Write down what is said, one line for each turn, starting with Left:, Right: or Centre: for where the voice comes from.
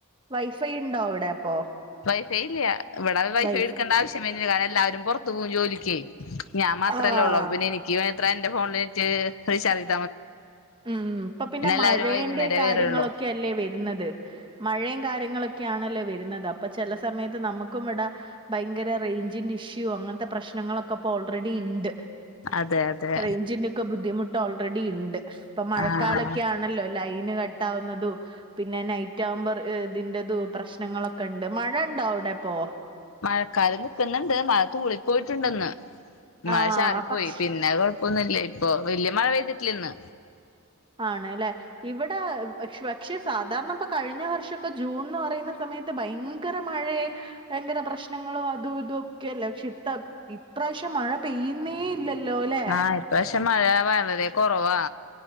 Right: വൈഫൈ ഉണ്ടോ അവിടെ അപ്പൊ
Left: വൈഫൈ ഇല്ല ഇവിട വൈഫൈ
Right: വൈഫ
Left: എടുക്കേണ്ട ആവശ്യ വരുന്നില്ല. എല്ലാരും പുറത്തു പോകും ജോലിക്ക് ഞാൻ മാത്രമല്ലേ
Right: ആ
Left: ഉള്ളൂ അപ്പാ പിന്നെ എനിക്ക് അത്ര എന്റെ ഫോൺലേക് റീചർജ്
Right: ഉം ഇപ്പൊ പിന്നെ
Left: എല്ലാവരും
Right: മഴേന്റെ
Left: വൈകുന്നേരേ
Right: കാര്യങ്ങളൊക്കെ
Left: വരുള്ളൂ
Right: അല്ലേ വരുന്നത് മഴയും കാര്യങ്ങളൊക്കെ ആണല്ലേ വരുന്നത് അപ്പൊ ചില സമയത്ത് നമുക്കും ഇവിട ഭയങ്കര ചെല ആണല്ലോ വരുന്നത് അപ്പാ ചെല സമയത്ത് നമ്മുക്ക് എവിടാ ഭയകര റേഞ്ചിന്റെ ഇഷ്യൂ അങ്ങനത്തെ പ്രശ്നങ്ങളൊക്കെ ഇപ്പോ ഓൾറെഡിണ്ട്
Left: അതെ അതെ
Right: റേഞ്ചിന്റെ ഒക്കെ ബുദ്ധിമുട്ടു ഓൾറെഡിണ് ണ്ട് ഇപ്പൊ മഴക്കാലൊക്കെ
Left: ആഹ്
Right: ആണല്ലോ ലൈന് കട്ട് ആവുന്നതും പിന്നെ നൈറ്റ് ആവുമ്പോ ഇതിന്റെതു പ്രശ്നങ്ങളൊക്കെ ഉണ്ട് മഴ ഉണ്ടോഅവിടെപ്പോ
Left: മഴക്കാലം നിക്കുന്നുണ്ട് മഴ തൂളി പോയിട്ടുണ്ടന്ന് മഴ
Right: ആഹ്
Left: ചാറി
Right: പക്ഷെ
Left: പോയി പിന്നെ കൊഴപ്പൊന്നുംല്ല ഇപ്പൊ വല്യ മഴ പെയ്തിട്ടില്ല ഇന്ന്.
Right: ആണ്ല്ലേ ഇവിടെക്ഷ പക്ഷെ സാധാരണ ഇപ്പ കഴിഞ്ഞ വർഷൊക്കെ ജൂൺന്ന് പറയുന്ന സമയത്ത് ഭയങ്കര മഴയ ഭയങ്കര പ്രശ്നങ്ങളോ അതും ഇതുംഒക്കെല്ലേ പക്ഷെ ഇപ്രാവശ്യം മഴ പെയ്യുന്നേ ഇല്ലല്ലോ ല്ലോല്ലേ
Left: ആഹ് ഇപ്രാവശ്യം മഴ വളരെ കുറവാ